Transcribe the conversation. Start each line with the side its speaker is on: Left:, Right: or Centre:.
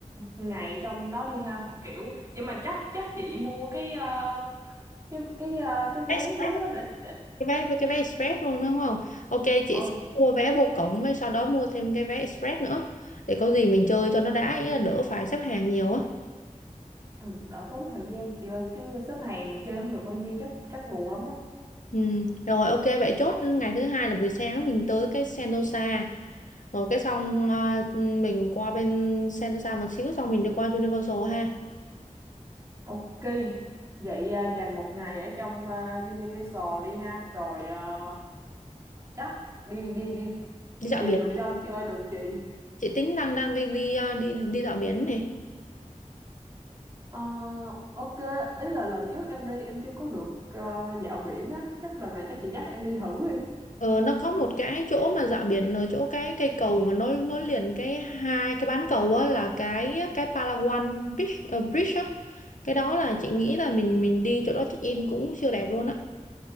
Right: ngày trong đó đi ha. Kiểu nhưng mà chắc chắc chị mua cái ờ, cái cái ờ, cái vé
Left: Vé Express.
Right: trước á để, để
Left: Cái vé với cái vé Express luôn đúng không? Ok, chị
Right: ừ,
Left: sẽ mua vé vô cổng với sau đó mua thêm cái vé Express nữa. Để có gì mình chơi cho nó đã ý là đỡ phải xếp hàng nhiều á.
Right: ừ, đỡ tốn thời gian chị ơi chứ xếp hàng mà chơi không được bao nhiêu chắc chắc buồn lắm á.
Left: Ừ. Rồi ok vậy chốt ngày thứ hai là buổi sáng mình tới cái Sentosa Rồi cái xong à, mình qua bên Sentosa một xíu xong mình đi qua Universal ha.
Right: Ok. Vậy ờ, dành một ngày ở trong ờ, Universal đi ha, rồi ờ, chắc đi đi đi
Left: Đi dạo
Right: chiều
Left: biển.
Right: mình đi đâu chơi được chị?
Left: Chị tính đang đang đi đi à, đi đi dạo biển này.
Right: Ờ, ok, ý là lần trước em đi em chưa có được ờ, dạo biển á, chắc lần này chắc chị dắt em đi thử đi.
Left: Ờ nó có một cái chỗ mà dạo biển ở chỗ cái cây cầu mà nối nối liền cái hai cái bán cầu á là cái cái Palawan Beach ờ, Bridge á. Cái đó là chị nghĩ là mình mình đi chỗ đó check in cũng siêu đẹp luôn á.